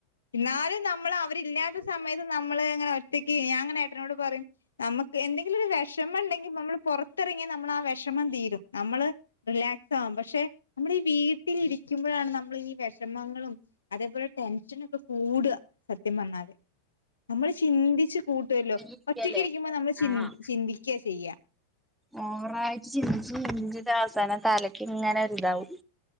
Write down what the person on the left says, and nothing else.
എന്നാലും നമ്മള് അവരില്ലാത്ത സമയത്ത് നമ്മള് ഇങ്ങനെ ഒറ്റക്ക് ഞാൻ അങ്ങനെ ഏട്ടനോട് പറയും നമ്മക്ക് എന്തെങ്കിലും ഒരു വെഷമം ഇണ്ടെങ്കിൽ നമ്മള് പൊറത്തിറങ്ങിയ നമ്മളാ വെഷമം തീരും, നമ്മള് റിലാ <unintelligible> പക്ഷേ നമ്മൾ ഈ വീട്ടിലിരിക്കുമ്പഴാണ് നമ്മൾ ഈ വെഷമങ്ങളും അതേപോലെ ടെൻഷനൊക്കെ കൂ ഊട സത്യം പറന്നാല് നമ്മള് ചിന്തിച്ച് കൂട്ടുല്ലോ
ഒറ്റക്ക് ഇരിക്കുമ്പ നമ്മൾ ചിന്
ചിന്തിക്ക ചെയ്യാ.